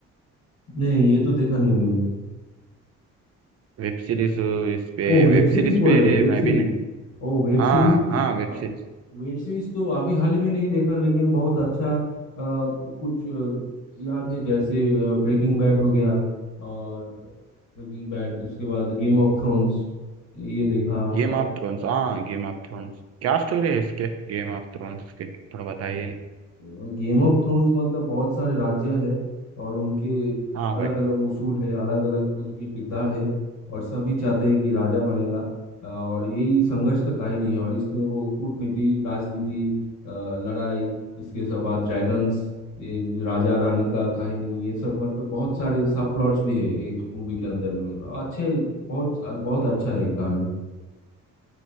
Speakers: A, on the left; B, on the right.
A: नहीं ये तो देखा नहीं मैंने
B: Web series इस पे
A: ओ वेब
B: वेब
A: सीरीज
B: सीरीज
A: बोल
B: पे
A: रहे हैं वेब
B: मैं
A: सीरीज
B: भी नहीं
A: ओ वेब
B: हाँ
A: सीरीज
B: हाँ web
A: हाँ
B: series
A: वेब सीरीज तो अभी हाल ही में नहीं देखा लेकिन बहुत अच्छा अ, कुछ अ, याद है जैसे ब्रेकिंग बैड हो गया और ब्रेकिंग बैड उसके बाद गेम ऑफ थ्रोन्स ये देखा
B: Game
A: और
B: of thrones हाँ गेम ऑफ थ्रोन्स क्या स्टोरी है इसके गेम ऑफ थ्रोन्स के थोड़ा बताइए ना
A: गेम ऑफ थ्रोन्स मतलब बहुत सारे राज्य है और उनके
B: हाँ
A: अलग
B: भाई
A: अलग उसूल है अलग अलग उनके किरदार है और सभी चाहते हैं कि राजा बनेगा और यही संघर्ष का कहानी है और इसमें वो कूटनीति राजनीति अ, लड़ाई इसके सब बाद ड्रैगन्स ये राजा रानी का कहानी ये सब मतलब बहुत सारे सब प्लॉट्स भी है एक मूवी के अंदर में अच्छे बहुत बहुत अच्छा है ये कहानी